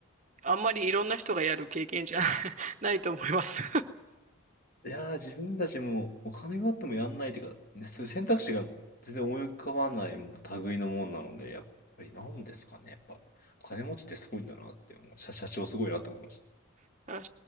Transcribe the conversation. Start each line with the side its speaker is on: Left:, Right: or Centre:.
Right: あんまりいろんな人がやる経験じゃ <laughs> ないと思います
Left: いやー、自分たちもお金があってもやんないっていうか、ね、そういう選択肢が全然思い浮かばない類のもんなので、やっぱりなんですかね。やっぱ、金持ちってすごいんだなって思う。社、社長すごいなと思いました。
Right: <laughs> 確